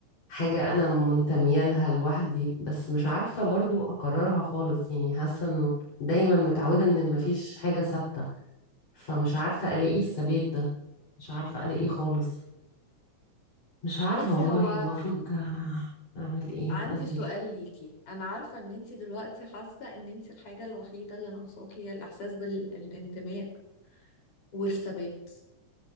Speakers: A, on the left (about 60°); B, on the left (about 80°).
A: حاجة أنا منتمية لها لوحدي بس مش عارفة برضو أقررها خالص يعني حاسة إنه دايما متعودة إن مفيش حاجة ثابتة فمش عارفة ألاقي الثبات ده مش عارفة ألاقيه خالص مش عارفة
B: بصي
A: والله
B: هو
A: المفروض أعمل إيه
B: عندي
A: قوليلي
B: سؤال ليكي أنا عارفة إن أنت دلوقتي حاسة إن أنت الحاجة الوحيدة اللي ناقصاكي هي الإحساس بالانتماء والثبات